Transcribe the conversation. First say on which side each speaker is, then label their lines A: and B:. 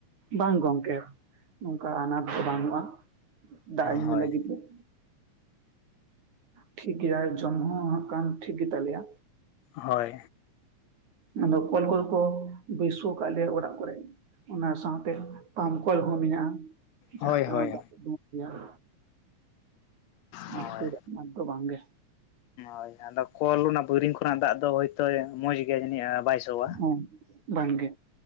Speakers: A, on the right; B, on the left.
A: ᱵᱟᱝ ᱜᱚᱝᱠᱮ ᱱᱚᱝᱠᱟ ᱟᱱᱟᱴ ᱫᱚ ᱵᱟᱹᱱᱩᱜᱼᱟ ᱫᱟᱜ ᱧᱩ
B: ᱦᱳᱭ
A: ᱞᱟᱹᱜᱤᱫ ᱫᱚ ᱾ ᱴᱷᱤᱠ ᱜᱮᱟᱭ ᱡᱚᱢ ᱦᱚᱸ ᱦᱟᱜ ᱠᱷᱟᱱ ᱴᱷᱤᱠ ᱜᱮᱛᱟᱞᱮᱭᱟ᱾
B: ᱦᱳᱭ
A: ᱟᱫᱚ ᱠᱚᱞ ᱠᱚᱫᱚ ᱠᱚ ᱵᱟᱹᱭᱥᱟᱹᱣ ᱟᱠᱟᱫ ᱞᱮᱭᱟ ᱚᱲᱟᱜ ᱠᱚᱨᱮ᱾ ᱚᱱᱟ ᱥᱟᱶᱛᱮ ᱯᱟᱢᱯ ᱠᱚᱞ ᱦᱚᱸ ᱢᱮᱱᱟᱜᱼᱟ ᱡᱟᱦᱟᱸ
B: ᱦᱳᱭ
A: ᱛᱮᱦᱚᱸ
B: ᱦᱳᱭ
A: ᱫᱟᱜ ᱩᱰᱩᱝᱼᱚᱜ ᱜᱮᱭᱟ ᱾ ᱚᱱᱟ
B: ᱦᱳᱭ
A: ᱠᱷᱟᱛᱤᱨ ᱟᱱᱟᱴ ᱫᱚ ᱵᱟᱝ ᱜᱮ
B: ᱦᱳᱭ ᱟᱫᱚ ᱠᱚᱞ ᱚᱱᱟ ᱵᱳᱭᱨᱤᱝ ᱠᱷᱚᱱᱟᱜ ᱫᱟᱜ ᱫᱚ ᱦᱳᱭᱛᱳᱭ ᱢᱚᱸᱡᱽ ᱜᱮᱭᱟ ᱡᱟᱹᱱᱤᱡ ᱵᱟᱭ ᱥᱚᱣᱟ?
A: ᱦᱳ ᱵᱟᱝ ᱜᱮ